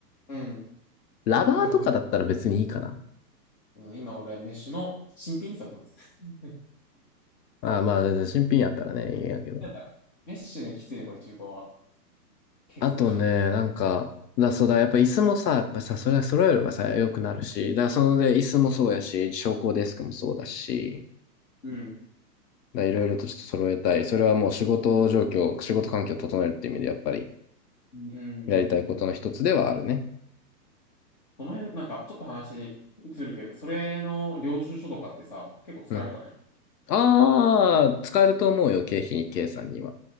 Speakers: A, on the left; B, on the left.
A: うん。
B: ラバーとかだったら別にいいかな。
A: <laughs> うん今俺はメッシュの新品に座ってます。<laughs>
B: ああ、まあ、新品やったらね、いいやけど。
A: だからメッシュね、きついね、これ中古は。ケツが。
B: あとね、なんか、だ、そうだ、やっぱ椅子もさ、やっぱさ、それは揃えればさ、良くなるし、だ、そので、椅子もそうやし、昇降デスクもそうだし、
A: うん。
B: だからいろいろとちょっと揃えたい。それはもう仕事状況、仕事環境を整えるっていう意味で、やっぱり
A: うんうんうんうん。
B: やりたいことの一つではあるね。
A: その辺、なんか、ちょっと話移るけど、それの領収書とかってさ、結構使えるかね
B: うん。ああ、使えると思うよ、経費計算には。